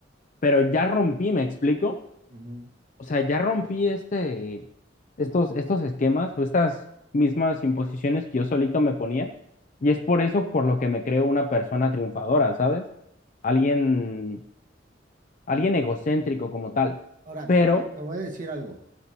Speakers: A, on the left; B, on the right.
A: pero ya rompí, ¿me explico?
B: Ujú,
A: O sea, ya rompí este, estos, estos esquemas o estas mismas imposiciones que yo solito me ponía.
B: ujú.
A: Y es por eso por lo que me creo una persona triunfadora, ¿sabes? Alguien, alguien egocéntrico como tal.
B: Ahora,
A: Pero,
B: te, te- te voy a decir algo.